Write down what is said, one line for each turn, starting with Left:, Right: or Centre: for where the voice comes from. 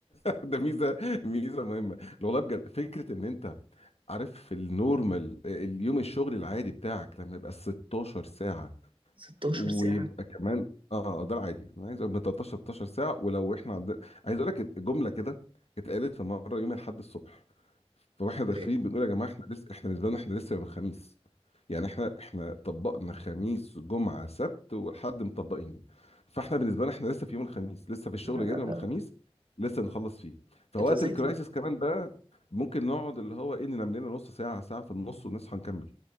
Left: <laughs> ده ميزه ميزه مهمه لو والله بجد فكره ان انت عارف في النورمال آه، اليوم الشغل العادي بتاعك لما يبقى 16 ساعه ساعه،
Right: 16
Left: ويبقى
Right: ساعة
Left: كمان اه آه، ده العادي انا عايز من 13 16 ساعه ولو احنا عند... عايز اقول لك جمله كده اتقالت في مره يوم الاحد الصبح فواحنا داخلين
Right: ايه
Left: بنقول يا جماعه احنا لسه احنا بالنسبه لنا احنا لسه يوم الخميس يعني احنا احنا طبقنا خميس جمعه سبت والحد مطبقين فاحنا بالنسبه لنا احنا لسه في يوم الخميس لسه في الشغل
Right: لا لا
Left: جاينا يوم
Right: لا
Left: الخميس لسه نخلص فيه فوقت
Right: انت ازاي
Left: الكرايسيس
Right: ت-
Left: كمان ده ممكن نقعد اللي هو ايه ننام لنا نص ساعه ساعه في النص ونصحى نكمل